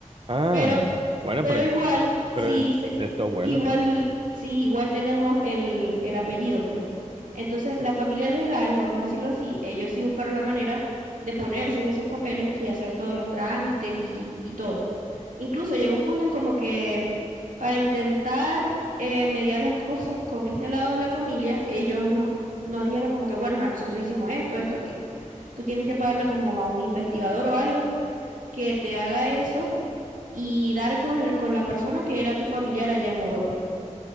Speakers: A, on the right (about 40°); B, on the right (about 80°).
A: Ah,
B: pero
A: bueno,
B: Pero
A: pero,
B: igual,
A: pero
B: sí,
A: es,
B: se-
A: es tu abuelo,
B: igual,
A: ¿no?
B: sí, igual tenemos el, el apellido, pues. Entonces, la familia legal, vamos a decirlo así, ellos sí buscaron la manera de ponerse en esos papeles y hacer todos los trámites y, y todo. Incluso llegó un punto en como que para intentar eh, mediar las cosas con este lado de la familia, ellos nos, nos dijeron como que, bueno, a nosotros hicimos esto, esto aquí. Tú tienes que pagarle como a un investigador o algo que te haga eso y dar con, con la persona que era tu familiar allá en Europa.